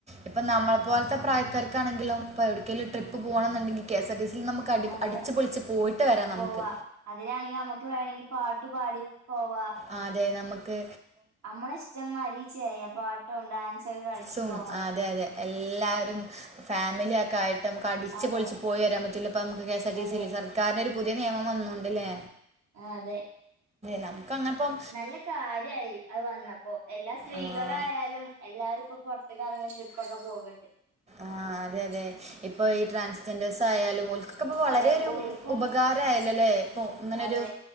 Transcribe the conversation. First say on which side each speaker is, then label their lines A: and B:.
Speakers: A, on the right; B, on the right.
A: ഇപ്പം നമ്മളെ പോൽത്തെ പ്രായക്കാർക്കാണെങ്കിലോ ഇപ്പൊ എവിടേക്കേലും ട്രിപ്പ് പോണൊന്നുണ്ടെങ്കി കെ എസ് ആർ ടി സിൽ നമ്മ ക്കടി
B: അതെ
A: അടിച്ച് പൊളിച്ച് പോയിട്ട് വരാം നമ്മക്ക്
B: പോവാ അതിലാണെങ്കി നമുക്ക് വേണെങ്കി പാട്ടു പാടി പോവാ
A: ആഹ് അതെ നമ്മക്ക്
B: നമ്മളെ ഇഷ്ട്ടം മാരി ചെയ്യ പാട്ടും ഡാൻസൊക്കെ കളിച്ച്
A: സും
B: പോവാ
A: ആ, അതെ അതെ എല്ലാരും ഫാമിലിയൊക്കെ ആയിട്ട് നമ്മക്ക് അടിച്ച്
B: അതെ
A: പൊളിച്ച് പോയി വരാൻ പറ്റൂലെ ഇപ്പൊ നമ്മക്ക് കെസ്ആർ ടി
B: അതെ
A: സിൽ സർക്കാരിന്റെ ഒരു പുതിയ നിയമം വന്നുണ്ടല്ലേ
B: ആഹ് അതെ
A: നം <unintelligible> കാണപ്പം
B: നല്ല കാര്യായി അത് വന്നപ്പൊ എല്ലാ സ്ത്രീകളായാലും
A: ആ,
B: എല്ലാരുംപ്പൊ പുറത്തക്ക ഇറങ്ങി ട്രിപ്പൊക്കെ പോകുന്നുണ്ട്
A: ആഹ് അതെ അതെ ഇപ്പൊ ഈ ട്രാൻസ് ഞ്ചേഴ്സ് ആയാലും ഓരിക്കൊക്കെ ഇപ്പൊ വളരെ
B: അതെ
A: ഒരു
B: ഓർക്കും
A: ഉപകാരായല്ലല്ലെ ഇപ്പൊ ഇങ്ങനൊരു
B: അതെ